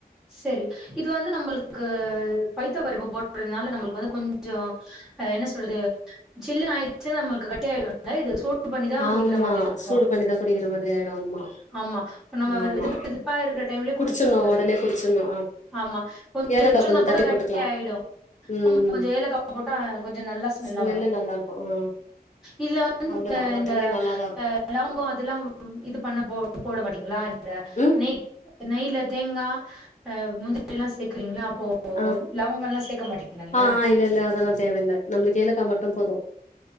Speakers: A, in the centre; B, on the left.
A: செரி இது வந்து நம்மளுக்கு பைத்தம் பருப்பு போடுறதுனால நம்மளுக்கு வந்து கொஞ்சோ என்ன சொல்றது ஜில்லுனு ஆய்ச்சுனா நம்மளுக்கு கட்டி ஆய்டு அத இது சூடு பண்ணிதா
B: ஆமா
A: குடிக்கிற மாதிரி இருக்கு
B: சூடு பண்ணிதான் குடிக்கிற மாதிரி ஆயிடும் ஆமா
A: ஆமா நம்ம வெது
B: ஆமா
A: வெதுப்பா இருக்கிற டைம்லயே
B: குடிச்சிடணு
A: குடிச்சிருனு
B: உடனே
A: இத
B: குடிச்சிடணு
A: ஆமா கொஞ்சோ
B: ஏலக்கா
A: வச்சோனா கூட
B: தட்டி
A: கட்டி
B: போட்டுக்கலா
A: ஆய்டு
B: ம்
A: ஆமா கொஞ்சோ ஏலக்கா போட்டா கொஞ்சோ நல்லா ஸ்மெல்லா
B: ஸ்மெல்லு
A: வரு
B: நல்லா இருக்கு ஆ
A: இல்ல வந்து
B: அவ்ளோதா
A: இந்த
B: மத்தபடி
A: இந்த
B: நல்லாதா இருக்கு
A: அ லவங்க அதெல்லா இது பண்ண போ போட மாட்டீங்களா இந்த
B: ம்
A: நெ நெய்ல தேங்கா அ முந்திரிலா சேக்குறீங்கள அப்போ
B: ம்
A: லவங்கல்லா சேக்க மாட்டீங்களா நீங்க
B: ஆ ஹ இல்லல்ல அதலா தேவையில்ல நம்மளுக்கு ஏலக்கா மட்டு போது